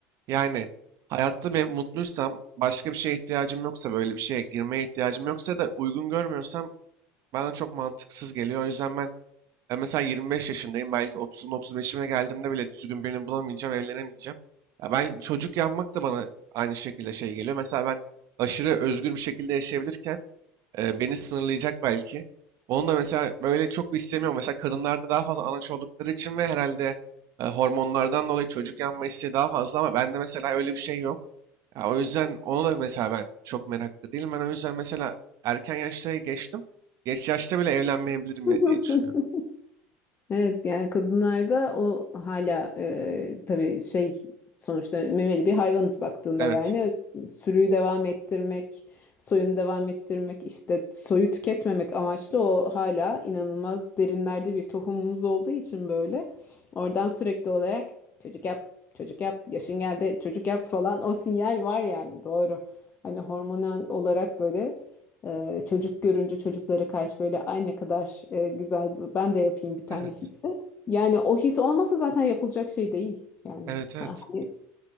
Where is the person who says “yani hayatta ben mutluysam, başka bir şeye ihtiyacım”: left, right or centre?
Right